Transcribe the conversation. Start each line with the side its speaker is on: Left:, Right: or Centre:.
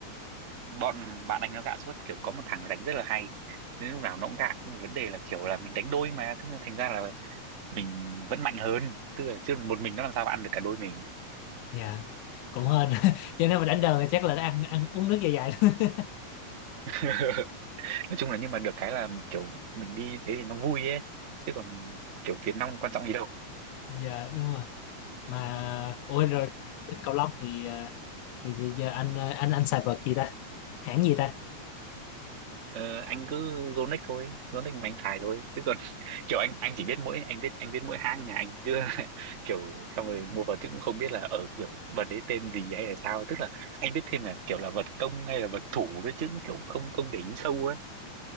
Right: bọn bạn anh nó gạ suốt kiểu có một thằng đánh rất là hay nên lúc nào nó cũng gạ nhưng mà vấn đề là kiểu là mình đánh đôi mà thế nên thành ra là mình vẫn mạnh hơn tức là chứ một mình nó làm sao mà ăn được cả đôi mình
Left: dạ cũng hên <laughs> cho nên mà đánh đời thì chắc là nó ăn ăn uống nước dài dài thôi. <laughs>
Right: <laughs> nói chung là nhưng mà được cái là mình kiểu mình đi thế thì nó vui ấy chứ còn kiểu tiền nong quan trọng gì đâu
Left: dạ đúng rồi mà ôi rồi còn bên cầu lông thì ờ, thì, thì giờ anh ờ, anh anh xài vợt gì ta hãng gì ta
Right: ờ, anh cứ Yonex thôi Yonex mà anh xài thôi chứ còn <laughs> kiểu anh anh chỉ biết mỗi anh biết anh biết mỗi hãng nhà anh chứ <laughs> kiểu xong rồi mua vào chứ cũng không biết là ở kiểu vật đấy tên gì hay là sao tức là anh biết thêm là kiểu là vật công hay là vật thủ đấy chứ cũng kiểu không không để ý sâu ấy